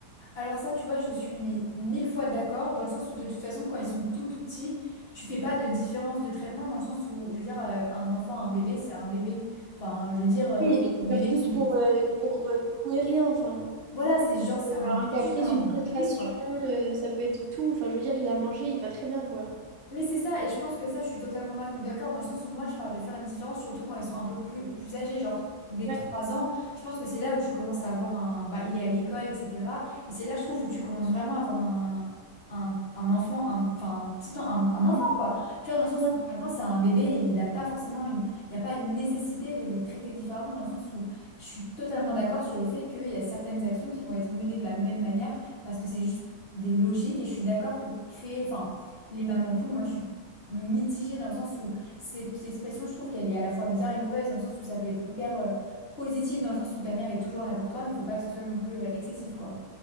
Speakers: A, on the left; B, on the right.
A: Alors ça, tu vois, je suis mais mille fois d'accord, dans le sens où de toute façon, quand ils sont tout tout petits, tu fais pas de différence de traitement, dans le sens où, je veux dire, euh, un enfant, un bébé, c'est un bébé. Enfin, je veux dire, euh,
B: Oui,
A: ok,
B: et puis
A: il y a des
B: faire
A: bébés
B: tous
A: qui vont
B: pour
A: plus...
B: euh, pour euh, tout et rien, enfin.
A: Voilà, c'est genre, c'est
B: Ça peut
A: un-
B: avoir un caprice,
A: c'est juste un
B: une frustration,
A: bébé, quoi.
B: euh, ça peut être tout. Enfin, je veux dire, il a mangé, il va très bien, quoi.
A: Mais c'est ça, et je pense que ça, je suis totalement d'ac- d'accord dans le sens où moi, je parle de faire une différence, surtout quand ils sont un peu plus, plus âgés, genre des
B: Ouais,
A: 3 ans. Je pense que c'est là où tu commences à avoir un... Bah, il est à l'école, etc. Et c'est là, je trouve, où tu commences vraiment à avoir un, un, un enfant, un, enfin, un petit en- un, un enfant, quoi. Tu vois, dans le sens
B: ouais,
A: où avant, c'est un bébé et il n'a pas forcément une... Il n'y a pas une nécessité de les traiter différemment, dans le sens où je suis totalement d'accord sur le fait qu'il y a certaines actions qui vont être menées de la même manière, parce que c'est juste des logiques, et je suis d'accord que créer... Enfin, les mamans poules, moi, je suis mitigée dans le sens où cette expression, je trouve qu'elle est à la fois bien et mauvaise, dans le sens où ça peut être hyper euh, positif, dans le sens où ta mère est toujours là pour toi, mais il faut pas que ce soit non plus euh, excessif, quoi.